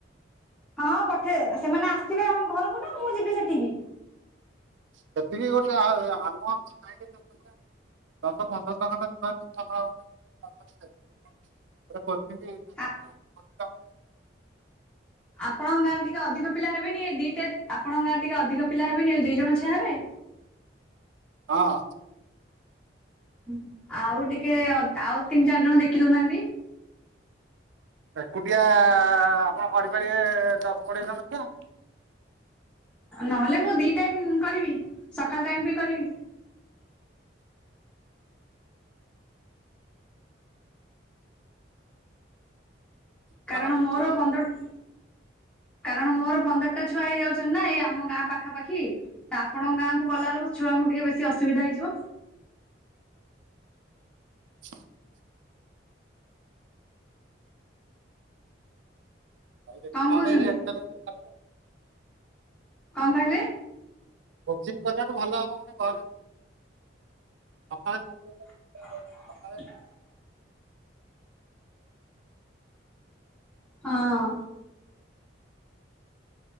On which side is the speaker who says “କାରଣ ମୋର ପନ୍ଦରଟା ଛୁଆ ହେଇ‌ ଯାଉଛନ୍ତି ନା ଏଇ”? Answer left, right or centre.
Centre